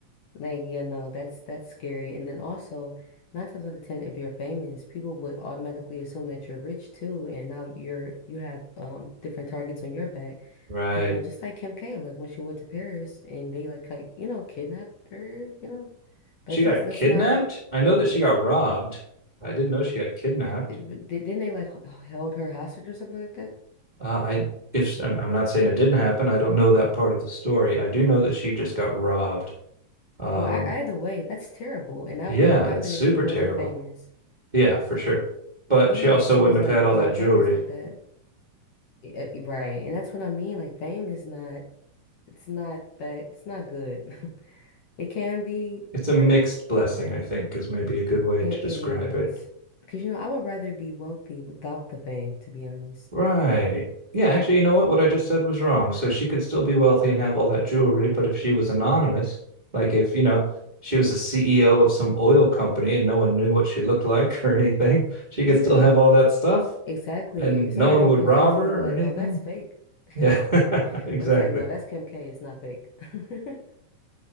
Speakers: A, on the left; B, on the right.
A: like you know, that's that's scary. And then also, nine times out of ten, if you're famous, people would automatically assume that you're rich too, and now you're you have um different targets on your back,
B: right.
A: because you know, just like Kim K, like when she went to Paris and they like like you know kidnapped her, you know,
B: She
A: like this
B: got
A: that's
B: kidnapped.
A: not
B: I know that she got robbed. I didn't know she got kidnapped.
A: did, didn't they like h- held her hostage or something like that?
B: Uh, I if I'm, I'm not saying it didn't happen. I don't know that part of the story. I do know that she just got robbed. Um,
A: Well, I, either way, that's terrible, and that
B: yeah,
A: wouldn't have happened
B: it's super
A: if she wasn't
B: terrible.
A: famous.
B: Yeah, for sure. But
A: Yeah,
B: she also
A: so
B: wouldn't
A: it's
B: have
A: like,
B: had all
A: you
B: that
A: know, famous,
B: jewelry.
A: not that. Yeah, e, right. And that's what I mean. Like fame is not it's not that it's not good. <laughs> It can be,
B: It's
A: but
B: a mixed blessing, I think, is maybe a good way
A: it
B: to describe
A: it is.
B: it.
A: Because you know, I would rather be wealthy without the fame, to be honest.
B: Right. Yeah, actually, you know what? What I just said was wrong. So she could still be wealthy and have all that jewelry, but if she was anonymous, like if, you know, she was the CEO of some oil company and no one knew what she looked like <laughs> or anything, she could
A: Yeah,
B: still have all that stuff
A: exactly.
B: and
A: Somebody
B: no one
A: who
B: would
A: could
B: rob
A: easily
B: her
A: be like,
B: or anything.
A: "Oh, that's fake." <laughs>
B: Yeah, <laughs> exactly.
A: But it's like, "No, that's
B: <laughs>
A: Kim K. It's not fake." <laughs>